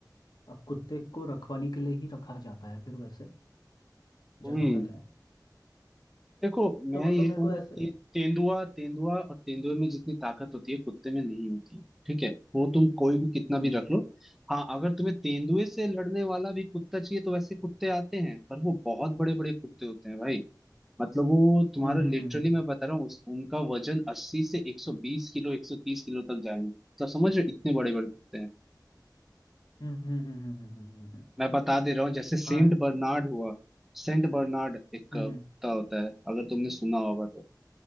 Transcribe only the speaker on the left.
अब कुत्ते को रखवाली के लिए ही रखा जाता है फिर वैसे जहाँ
तक है
तो मतलब
मेरे
को ऐसे
हम्म
हम्म
हम्म
हम्म हम्म हम्म हम्म हम्म हम्म, हम्म, हम्म, हम्म,
हाँ
हम्म
हम्म